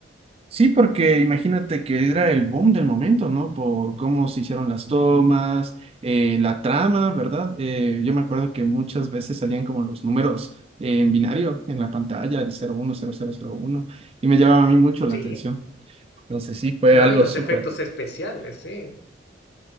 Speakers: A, on the right; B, on the left.
A: Sí, porque imagínate que era el boom del momento, ¿no? Por cómo se hicieron las tomas, eh, la trama, ¿verdad? Eh, yo me acuerdo que muchas veces salían como los números eh, en binario en la pantalla, el cero uno cero cero cero uno, y me llamaba a mí mucho la
B: Sí,
A: atención. Entonces sí, fue
B: ¿no?
A: algo
B: Y los
A: súper.
B: efectos especiales, sí,